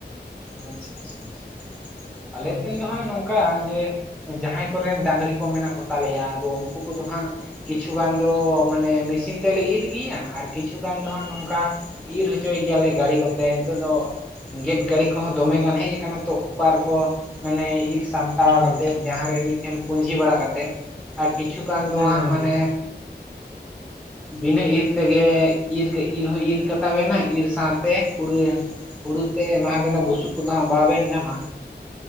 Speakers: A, in the centre; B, on the right.
A: ᱟᱪᱪᱷᱟ ᱟᱪᱪᱷᱟ ᱟᱪᱪᱷᱟ ᱟᱞᱮᱥᱮᱱ
B: ᱦᱩᱸ
A: ᱫᱚ
B: ᱦᱩᱸ
A: ᱦᱟᱸᱜ ᱱᱚᱝ ᱠᱟ ᱡᱮ ᱡᱟᱦᱟᱭ ᱠᱚᱨᱮᱱ ᱰᱟᱝᱨᱤ ᱠᱚ ᱢᱮᱱᱟᱜ ᱠᱚ ᱛᱟᱞᱮᱭᱟ ᱟᱫᱚ ᱩᱝᱠᱩ ᱠᱚᱫᱚ ᱦᱟᱸᱜ ᱠᱤᱪᱷᱩ ᱜᱟᱱ ᱫᱚ ᱢᱟᱱᱮ ᱢᱮᱥᱤᱱ ᱛᱮᱞᱮ ᱤᱨ ᱜᱮᱭᱟ ᱟᱨ ᱠᱤᱪᱷᱩ ᱜᱟᱱ ᱫᱚ ᱦᱟᱸᱜ ᱱᱚᱝᱠᱟ ᱤᱨ ᱦᱚᱪᱚᱭ ᱜᱮᱭᱟᱞᱮ ᱜᱟᱹᱲᱤ ᱠᱚᱛᱮ ᱱᱤᱛᱚᱜ ᱫᱚ ᱜᱮᱫ ᱜᱟᱹᱲᱤ ᱠᱚᱦᱚᱸ ᱫᱚᱢᱮ ᱜᱟᱱ ᱦᱮᱡ <inaudible> ᱠᱟᱱᱟ ᱛᱚ ᱦᱩᱯᱟᱨ ᱠᱚ ᱢᱟᱱᱮ ᱤᱨᱥ ᱥᱟᱢᱴᱟᱣ
B: ᱦᱩᱸ
A: ᱠᱟᱛᱮᱫ ᱡᱟᱦᱟᱸ ᱨᱮ ᱢᱤᱫᱴᱷᱮᱱ ᱯᱩᱸᱡᱤ ᱵᱟᱲᱟ ᱠᱟᱛᱮᱫ ᱟᱨ ᱠᱤᱪᱷᱩ ᱜᱟᱱ ᱫᱚ
B: ᱦᱩᱸ
A: ᱦᱟᱸᱜ ᱢᱟᱱᱮ ᱵᱤᱱᱟᱹ <inaudible> ᱤᱨ ᱛᱮᱜᱮ ᱤᱨ ᱠᱮ ᱤᱨ ᱦᱚᱸ ᱤᱨ ᱠᱟ ᱛᱟᱵᱮᱱᱟ ᱤᱨ ᱥᱟᱶᱛᱮ ᱦᱩᱲᱩ ᱦᱳᱲᱩ ᱛᱮᱜᱼᱨ ᱮᱢᱟᱵᱮᱱᱟ ᱵᱩᱥᱩᱵ ᱠᱚᱫᱚ ᱦᱟᱸᱜ ᱵᱟᱵᱮᱱ ᱧᱟᱢᱟ᱾